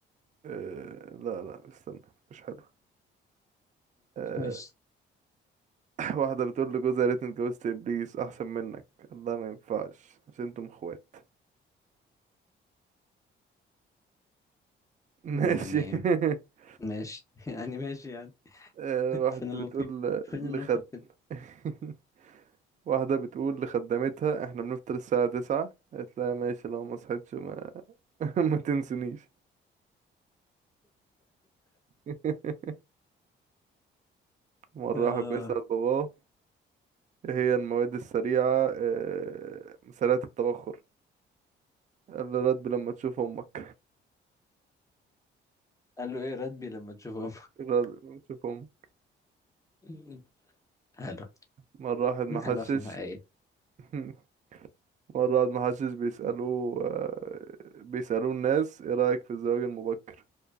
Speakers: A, on the right (about 40°); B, on the left (about 15°).
A: أه لا لا استنى مش حلو آه،
B: ماشي
A: <laughs> واحدة بتقول لجوزها يا ريتني اتجوزت ابليس احسن منك الله ما ينفعش عشان انتم اخوات <laughs> ماشي
B: يعني
A: <laughs>
B: ماشي <laughs> يعني ماشي يعني
A: آه،
B: <laughs>
A: واحدة
B: فين اللطيف
A: بتقول ل-
B: فين النكته
A: لخد
B: في كده
A: <laughs> واحدة بتقول لخدمتها احنا بنفطر الساعة تسعة قالت لها ماشي لو ما صحيتش ما, <laughs> ما تنسونيش <laughs> مرة
B: آه.
A: واحد بيسأل باباه ايه هي المواد السريعة آه، سريعة التبخر قال له رد لما تشوف امك
B: قال له ايه راتبي لما تشوفه
A: <laughs> رد لما تشوف امك
B: <laughs> حلو
A: مرة واحد محشش
B: حلو عشان حقيقي
A: <laughs> مرة قعد محشش بيسألوه آه، بيسألوه الناس ايه رأيك في الزواج المبكر